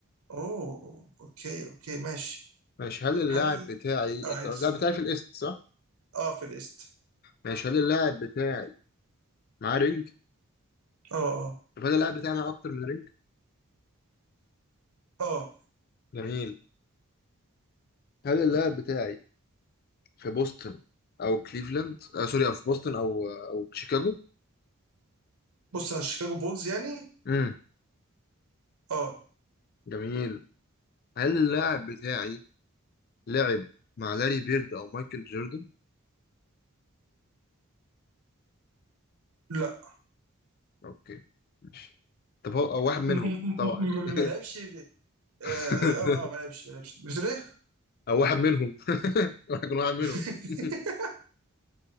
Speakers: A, on the right; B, on the left.
A: اوه اوكي اوكي ماشي
B: ماشي هل اللاعب
A: هل
B: بتاعي
A: اه
B: انت
A: انت
B: اللاعب
A: صح
B: بتاعي في الايست صح؟
A: اه في الايست
B: ماشي هل اللاعب بتاعي معاه رينج؟
A: اه
B: طب هل اللاعب بتاعي معاه اكتر من رينج؟
A: اه اه
B: جميل هل اللاعب بتاعي في بوسطن او كليفلاند؟ آه سوري او في بوسطن او آه، او شيكاغو؟
A: بص انا شيكاغو بولز يعني
B: امم
A: اه
B: جميل هل اللاعب بتاعي لعب مع لاري بيرد او مايكل جوردن
A: لا
B: اوكي ماشي طب هو او واحد منهم
A: م- م-
B: طبعا
A: م-
B: يعني
A: م- ما لعبش في-
B: <laughs>
A: اه ما لعب- اه آه، ما لعبش ما لعبش بتقول ايه؟
B: او واحد منهم <laughs> راح يكون واحد منهم
A: <laughs>
B: <laughs>